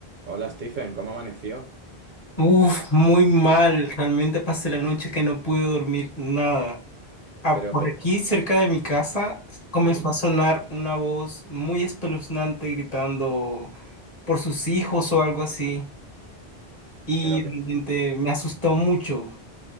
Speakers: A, on the right (about 60°); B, on the left (about 40°).
A: Hola Stephen, ¿cómo amaneció?
B: Uf, muy mal. Realmente pasé la noche que no pude dormir nada. Ah,
A: Pero,
B: por
A: pero,
B: aquí, cerca de mi casa, comenzó
A: sí,
B: a sonar una voz muy espeluznante gritando por sus hijos o algo así. Y
A: pero
B: realmente
A: que,
B: me asustó mucho.